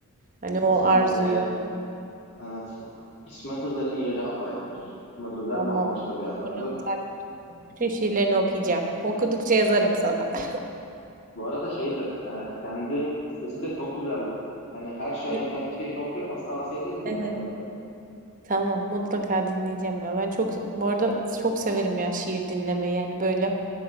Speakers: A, on the right; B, on the left.
A: Hani o
B: Kesinlikle
A: arzuyu.
B: ya. Evet. İsmet Özel'in yeri apayrıdır. İsmet Özel
A: Vallahi
B: bambaşka bir adamdır.
A: bunları tak- bütün şiirlerini okuyacağım. Okudukça yazarım sana. <laughs>
B: Bu arada şeydir, e, kendi sesi de çok güzeldir. Hani her şair
A: Ya,
B: kendi şiirini okuyamaz, tavsiye ederim dinlemeni
A: Evet.
B: de.
A: Tamam, mutlaka dinleyeceğim ya. Ben çok bu arada çok severim ya şiir dinlemeyi. Yani böyle